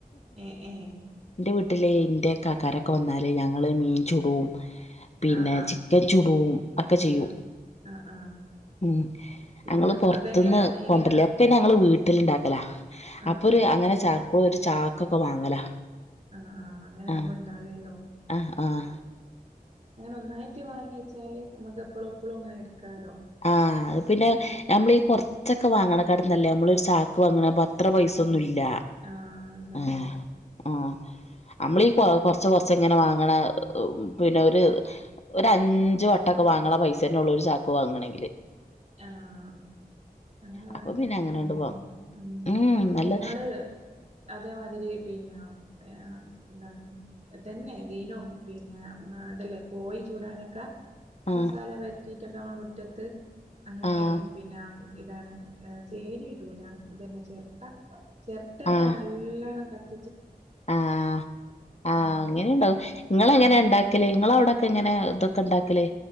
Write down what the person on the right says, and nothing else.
ഏ ഏ
ആ ആ
ആ ആ ആ
പിന്നെ
അതെങ്ങനെ ഇങ്ങനെ
ആ ആ
ആ
ആ ആ അങ്ങനെ ആക്മ്പോ
ണ്ടാഗേലോ
അങ്ങനെ ഒന്നായിറ്റ് വാങ്യേച്ചാല് ഞമ്മക്ക് എപ്പളും എപ്പളും അങ്ങനെ എട്ക്കാലോ.
ഉം ആ ഉണ്ടാവൂല
ആഹ് അങ്ങനെ വാങ്യേച്ചാല്
നല്ലതാ
മ്
ഞങ്ങള് അതേമാതിരി പിന്നെ ഏ ന്താണ് ദന്നെ ദീനും പിന്നെ ദല്ലേ കോഴി ചൂടാനൊക്കെ
മസാല പൊര്ട്ടീറ്റൊക്കെ ഞമ്മളെ മുറ്റത്ത് അങ്ങനെ
പിന്നെ ഇതാണ് ചേരി ഇടൂല ഇതന്നെ ചെര്ട്ട ചെർട്ടന്നെ
നല്ലോണം കത്തി
ഉം
ആഹ്